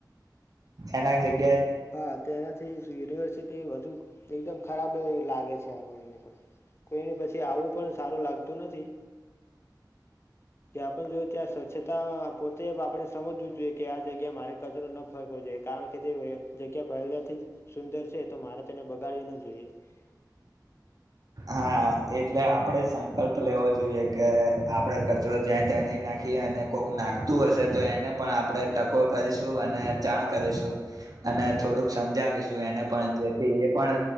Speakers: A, on the right (about 55°); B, on the left (about 35°).
A: એના જગ્યા
B: હા તે એનાથી યુનિવર્સિટી વધુ એકદમ ખરાબ લાગે છે કોઈને પછી આવું પણ સારું લાગતું નથી કે આપ જો ત્યાં સ્વચ્છતા પોતે આપણે સમજવું જોઈએ કે આ જગ્યા મારે કચરો ન ફરકવો જોઈએ કારણ કે જગ્યા પહેલાથી સુંદર છે તો મારે તેને બગાડીવી ના જોઈએ
A: હા એટલે આપણેે સંકલ્પ લેવો જોઈએ કે આપણે કચરો જ્યાં ત્યાં નહીં નાખીએ અને કોક નાખતું હશે તો એને પણ આપણે ટકોર કરીશું અને જાણ કરીશું અને થોડુંક સમજાવીશું એને પણ જેથી એ પણ